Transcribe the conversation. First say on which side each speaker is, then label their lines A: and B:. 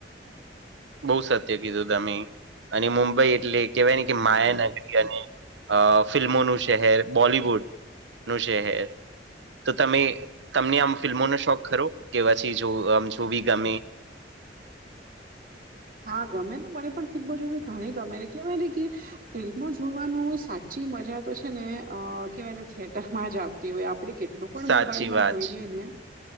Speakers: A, on the right; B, on the right.
A: બઉુ સત્ય કીધું તમે, અને મુંબઈ એટલે કેવાય ને કે માયાનગરી અને અ ફિલ્મોનું શહેર બોલિવુડ નું શહેર. તો તમે તમને આમ ફિલ્મોનો શોખ ખરો કે પછી જો આમ જોવી ગમે
B: હા ગમે ને મને પણ ફિલ્મો જોવી ઘણી ગમે કેવાય કે ફિલ્મો જોવાનું સાચું સાચી મજા તો છે ને અ કેવાયને થિયેટર માં જ આવતી હોય આપે કેટલી એલું પણ
A: સાચી
B: મોબાઈલમાં
A: વાત
B: જોઈ
A: છે
B: લઈ ને